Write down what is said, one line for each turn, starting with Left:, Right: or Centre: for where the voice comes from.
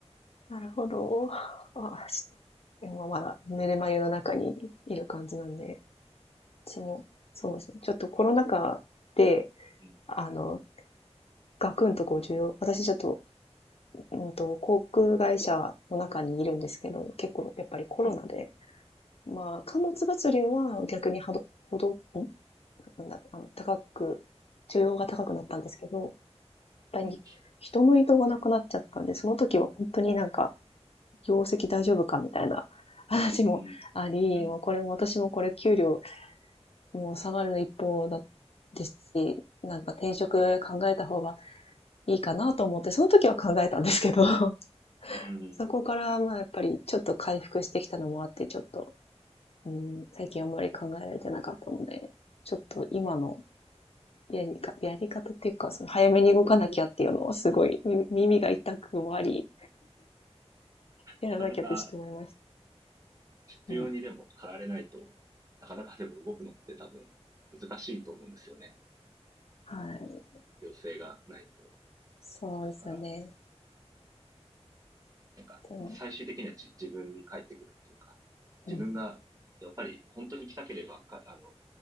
Left: ーなるほど。<laughs> あちょっと、今まだ寝る眉の中にいる感じなんで、私も、そうですね。ちょっとコロナ禍で、
Right: うん、
Left: あの、ガクンとこう重要、私ちょっとうんと、航空会社の中にいるんですけど、結構やっぱりコロナで、
Right: うん、
Left: まあ、貨物物流は逆にはど、ほど、んなんだろう、あの、高く、需要が高くなったんですけど、やっぱり人の移動がなくなっちゃったんで、
Right: うん、
Left: その時は本当になんか、業績大丈夫かみたいな <laughs> 話もあり、
Right: うん、うん、
Left: もうこれも私もこれ給料もう下がる一方だですし、なんか転職考えた方がいいかなと思って、その時は考えたんですけど、<laughs>
Right: うん。
Left: そこからまあやっぱりちょっと回復してきたのもあって、ちょっと、うん、最近あんまり考えられてなかったので、ちょっと今のやりかやり方っていうか、その早めに動かなきゃっていうのはすごい耳が痛くもあり、やらなきゃってちょっと思いまし
Right: なかなか必要にでも駆られないと、
Left: た。うん。
Right: なかなかでも動くのって多分難しいと思うんですよね。
Left: はい。
Right: 必要性がないと。だ
Left: そうですよね。
Right: からなんか、
Left: でも、
Right: 本当最終的にはじ自分に返ってくるっていうか、
Left: うん。
Right: 自分が、やっぱり本当に来たければ、か、あの、